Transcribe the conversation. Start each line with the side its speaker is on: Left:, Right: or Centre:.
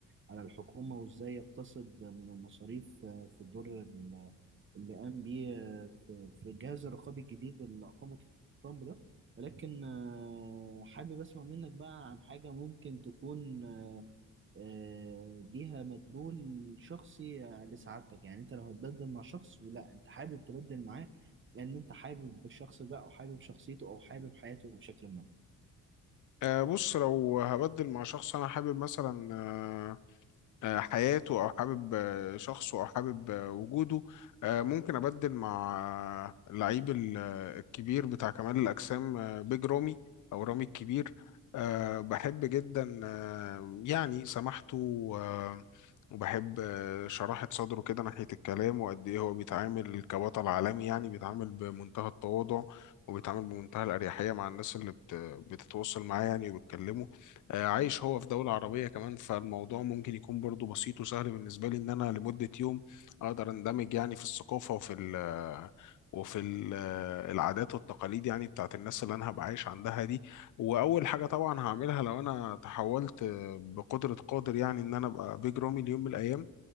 Right: على الحكومة وإزاي يقتصد من المصاريف في الدور ال- اللي قام بيه في في الجهاز الرقابي الجديد اللي أقامه ترامب ده ولكن آه، حابب أسمع منك بقى عن حاجة ممكن تكون آه، ليها مدلول شخصي لسعادتك يعني انت لو هتبدل مع شخص ولا انت حابب تبدل معاه لان انت حابب الشخص ده او حابب شخصيته او حابب حياته بشكل ما
Left: آه بص لو هبدل مع شخص أنا حابب مثلا آه، آه، حياته او حابب آه، شخصه او حابب آه، وجوده آه، ممكن ابدل مع آه، اللعيب ال- آه، الكبير بتاع كمال الاجسام آه، بيج رامي او رامي الكبير آه، بحب جدا آه، يعني سماحته آه، وبحب آه، شراحة صدره كده ناحية الكلام وقد ايه هو بيتعامل كبطل عالمي يعني بيتعامل بمنتهى التواضع وبيتعامل بمنتهى الأريحية مع الناس اللي بت- بتتواصل معاه يعني وبتكلمه آه، عايش هو في دولة عربية كمان فالموضوع ممكن يكون برضو بسيط وسهل بالنسبة لي إن أنا لمدة يوم أقدر أندمج يعني في الثقافة وفي ال آه، وفي ال- آه، العادات والتقاليد يعني بتاعت الناس اللي أنا هبقى عايش عندها دي وأول حاجة طبعا هعملها لو أنا تحولت آه، بقدرة قادر يعني إن أنا أبقى بيج رامي ليوم من الأيام